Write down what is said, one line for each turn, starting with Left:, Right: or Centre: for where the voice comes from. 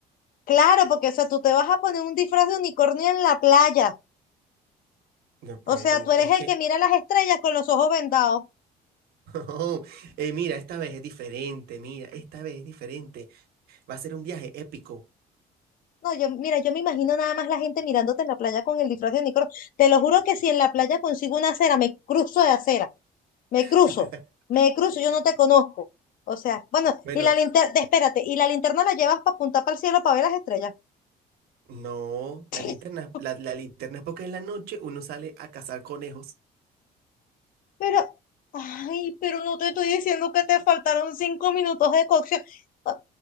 Left: Claro, porque, o sea, tú te vas a poner un disfraz de unicornio en la playa.
Right: No, pero
Left: O sea, tú eres
Right: es
Left: el
Right: que...
Left: que mira
Right: <laughs>
Left: las estrellas con los ojos vendados.
Right: No, Eh, mira, esta vez es diferente, mira, esta vez es diferente. Va a ser un viaje épico.
Left: No, yo, mira, yo me imagino nada más la gente mirándote en la playa con el disfraz de Nicolo. Te lo juro que si en la playa consigo una acera, me cruzo de acera, me
Right: <laughs>
Left: cruzo, me cruzo, yo no te conozco. O sea, bueno,
Right: Bueno,
Left: y la linterna, espérate, y la linterna la llevas para apuntar para el cielo para ver las estrellas.
Right: No,
Left: <laughs>
Right: la linterna, la, la linterna es porque en la noche uno sale a cazar conejos.
Left: Pero, ay, pero no te estoy diciendo que te faltaron cinco minutos de cocción. Ah,